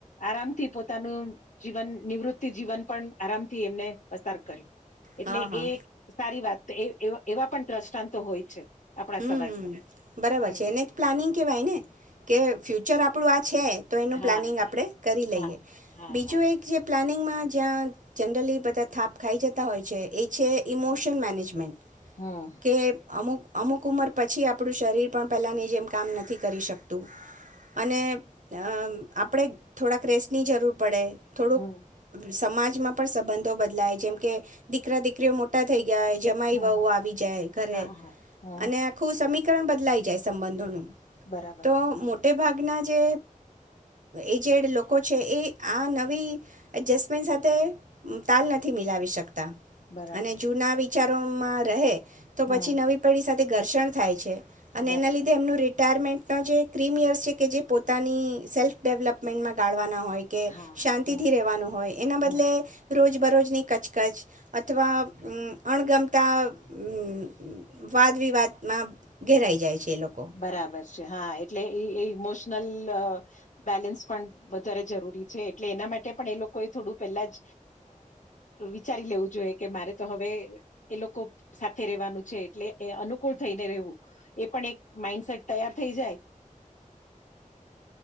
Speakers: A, on the left; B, on the right.
A: આરામથી પોતાનું જીવન નિવૃતિ જીવન પણ આરામથી એમને પસાર કર્યું એટલે
B: હા હા
A: એ સારી વાત એવા પણ દ્રષ્ટાંત હોય છે આપણા
B: હમ
A: સમાજમાં.
B: બરાબર
A: હમ
B: છે એને જ પ્લાનિંગ કેવાય ને કે ફ્યુચર આપણું આ છે તો એનું
A: હા
B: પ્લાનિંગ આપણે કરી
A: હા
B: લઈએ.
A: હા
B: બીજું
A: હા
B: એક જે પ્લાનિંગમાં જ્યાં જનરલી બધા થાપ ખાઈ જતા હોય છે, એ છે, ઇમોશન મેનેજમેન્ટ
A: હમ
B: કે અમુક અમુક ઉંમર પછી આપ આપણું શરીર પણ પહેલાંની જેમ કામ નથી કરી શકતું. અને અ આપણે થોડાક રેસની જરૂર પડે થોડુંક
A: હમ
B: સમાજ <unintelligible> પણ સંબંધો બદલાય છે. જેમકે દીકરા દીકરીઓ મોટા થઈ ગયાય જમાય
A: હમ
B: આવી જાય ઘરે
A: હા હા હમ
B: અને આખું સમી <unintelligible> બદલાઈ જાય સંબંધોનું.
A: બરાબર.
B: તો મોટે ભાગના જે એજેડ લોકો છે, એ આ નવી એડજસ્ટમેન્ટ સાથે તાલ નથી મિલાવી શકતા.
A: બરાબર
B: અને જોના વિ ચરોમાં રહે તો
A: હમ
B: પછી નવી પેઢી સાથે તે ઘર્ષણ થાય છે. અને
A: બરાબર
B: એના લીધે એમનું રિટાયરમેન્ટ જે <unintelligible> છે, કે જે પોતાની સેલ્ફ ડેવલપમેન્ટમાં ગાળવાના હોય. કે
A: હા
B: શાંતિથી
A: હમ
B: રવાનું હોય એના બદલે
A: હમ
B: રોજ રજ બરોજ <unintelligible> કચકચ અથવા અણગમ <inaudible> વાદ વિવાદમાં <unintelligible> જાય છે. એ લોકો
A: બરાબર છે, હા એટલે એ એ ઇમોશનલ બેલેન્સ પણ વધારે જરૂરી છે એટલે એના માટે પણ એ લોકોએ થોડું પહેલા જ વિચારી લેવું જોઈએ કે મારે તો હવે એ લોકો સાથે રહેવાનું છે, એટલે એ અનુકૂળ થઈને રહેવું એ પણ એક માઈન્ડસેટ તૈયાર થઈ જાય.